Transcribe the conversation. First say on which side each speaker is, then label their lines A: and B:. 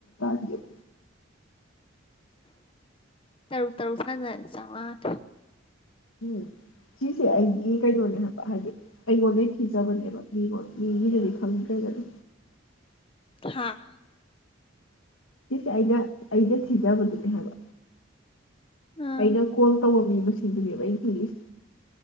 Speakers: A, on the left; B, on the left.
A: <unintelligible>
B: ꯇꯔꯨ ꯇꯔꯨ <unintelligible>
A: ꯎꯝ ꯁꯤꯁꯦ ꯑꯩꯒꯤ ꯀꯩꯅꯣꯅꯦ ꯍꯥꯏꯕ ꯍꯥꯏꯗꯤ ꯑꯩꯉꯣꯟꯗꯩ ꯊꯤꯖꯕꯅꯦꯕ ꯃꯤꯉꯣꯟ ꯃꯤꯒꯤꯗꯗꯤ ꯈꯪꯗ꯭ꯔꯦꯗꯅ
B: ꯍꯥꯥ
A: ꯁꯤꯁꯦ ꯑꯩꯅ ꯑꯩꯗ ꯊꯤꯖꯕꯗꯨꯅꯦ ꯍꯥꯏꯕ
B: ꯑꯥ
A: ꯑꯩꯅ ꯀꯣꯜ ꯇꯧꯕ ꯃꯤ ꯃꯁꯤꯡ ꯁꯤꯡꯗꯨꯅꯦꯕ ꯑꯩꯅ ꯊꯤꯔꯤꯁꯤ